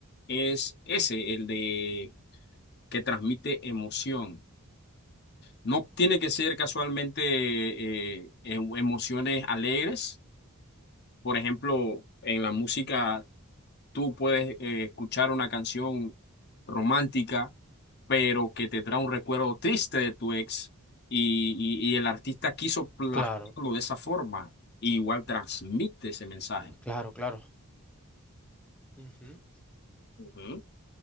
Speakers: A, on the left; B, in the centre.
A: es ese, el de que transmite emoción. No tiene que ser casualmente eh, em- emociones alegres. Por ejemplo, en la música Tú puedes eh, escuchar una canción romántica, pero que te trae un recuerdo triste de tu ex y, y- y el artista quiso plasmarlo
B: Claro,
A: de esa forma. y igual transmite ese mensaje.
B: claro, claro. Ujú,
A: Ujú.